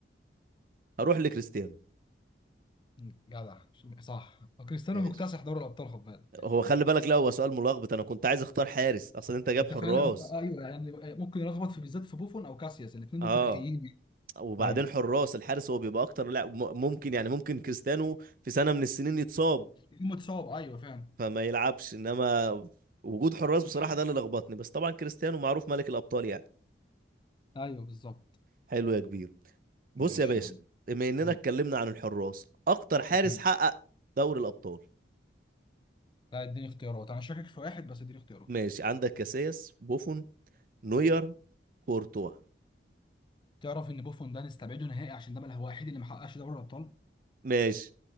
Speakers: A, on the right (about 50°); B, on the left (about 25°).
A: هروح لكريستيانو
B: جدع صح كريستيانو
A: ماشي
B: مكتسح دوري الأبطال خد بالك
A: هو خلي بالك لا هو سؤال ملخبط انا كنت عايز اختار حارس اصل انت جاب
B: أنت
A: حراس
B: فعلا أنت أيوه يعني ممكن يلخبط في بالذات في بوفون أو كاسياس الاثنين
A: اه
B: دول تاريخيين
A: وبعدين
B: ايوه
A: حراس الحارس هو بيبقى اكتر لاعب م- ممكن يعني ممكن كريستيانو في سنة من السنين يتصاب
B: الاثنين متصاب أيوه فعلا
A: فما يلعبش انما وجود حراس
B: <laughs>
A: بصراحة
B: الحق.
A: ده اللي لخبطني بس طبعا كريستيانو معروف ملك الابطال يعني
B: ايوه بالظبط
A: حلو يا كبير بص
B: ماشي
A: يا باشا
B: يا عم
A: بما اننا
B: هو
A: اتكلمنا عن الحراس اكتر حارس
B: تمام
A: حقق دوري الابطال
B: لا اديني اختيارات انا شاكك في واحد بس اديني اختيارات
A: ماشي عندك كاسياس بوفون نوير كورتوا
B: تعرف ان بوفون ده نستبعده نهائي عشان ده بقى هو الوحيد اللي ما حققش دوري الابطال
A: ماشي